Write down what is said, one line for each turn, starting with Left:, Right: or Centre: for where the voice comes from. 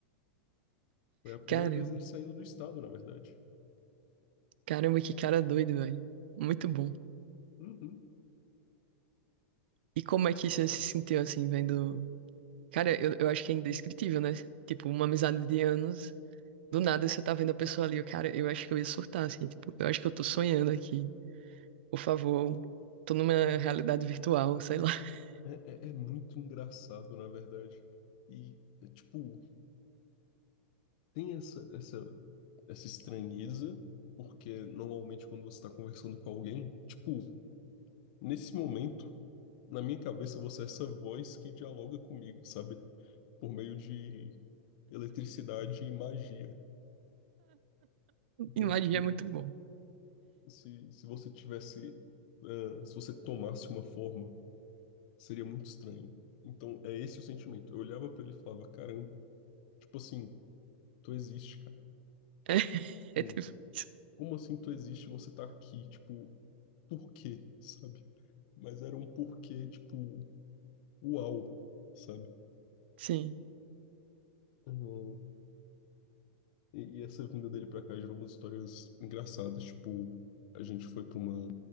Left: Foi a primeira
Right: Caramba,
Left: vez dele saindo do estado, na verdade.
Right: caramba, que cara doido, velho. Muito bom.
Left: Uhum.
Right: E como é que você se sentiu assim, vendo? Cara, eu, eu acho que é indescritível, né? Tipo, uma amizade de anos, do nada você tá vendo a pessoa ali, eu, cara, eu acho que eu ia surtar, assim, tipo, eu acho que eu tô sonhando aqui. Por favor, tô numa realidade virtual, sei lá. <laughs>
Left: É, é, é muito engraçado, na verdade. E, é, tipo, tem essa, essa, essa estranheza, porque normalmente quando você está conversando com alguém, tipo, nesse momento, na minha cabeça, você é essa voz que dialoga comigo, sabe? Por meio de eletricidade e magia. Então,
Right: E
Left: tipo,
Right: é muito bom.
Left: se, se você tivesse, ah, se você tomasse uma forma, seria muito estranho. Então, é esse o sentimento. Eu olhava para ele e falava, caramba, tipo assim, tu existe, cara.
Right: É, <laughs>
Left: Tipo,
Right: é tipo isso.
Left: como assim tu existe, e você tá aqui, tipo, por quê, sabe? Mas era um porquê, tipo, uau, sabe?
Right: Sim.
Left: Uhum. E, e essa vinda dele pra cá gerou umas histórias engraçadas, tipo, a gente foi pra uma...